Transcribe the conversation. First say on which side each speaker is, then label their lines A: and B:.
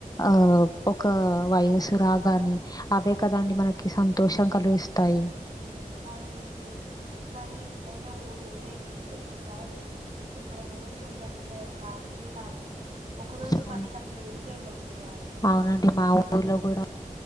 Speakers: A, on the left (about 25°); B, on the right (about 60°).
A: ఆ ఒక వయసు రాగానే అవే కదండి మనకి సంతోషం కలిగిస్తాయి
B: అవునండి కానీ ఎంతైనా ఊరు ఊరే ండి ఒక్కసారి ఎప్పుడైనా ఊరికెకళ్తే అసలు రాబుద్దే కాదండి ఒక రోజు
A: అవును
B: పనికి అసలు ఊరికే వెళ్ళబుద్ది కాదండి
A: అవునండి మా ఊర్లో కూడా